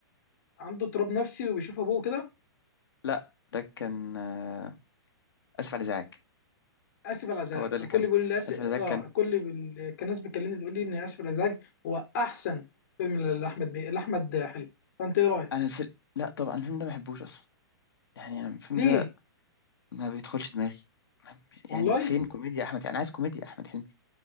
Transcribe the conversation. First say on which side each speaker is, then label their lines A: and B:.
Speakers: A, on the left (about 60°); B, on the left (about 75°).
A: عنده اضطراب نفسي وبيشوف ابوه كده
B: لا ده كان آه، اسف على الازعاج
A: اسف على الازعاج
B: هو ده اللي
A: الكل
B: كان
A: بيقول لي اسف
B: اسف
A: اه
B: على الازعاج كان
A: الكل بال... كان ناس بتكلمني بتقول لي ان اسف على الازعاج هو احسن فيلم لاحمد مي... لاحمد حلمي فانت ايه رايك
B: انا الفيلم لا طبعا الفيلم ده ما بحبوش اصلا يعني أنا الفيلم
A: ليه
B: ده ما بيدخلش دماغي ما-
A: والله
B: يعني فين كوميديا احمد انا عايز كوميديا احمد حلمي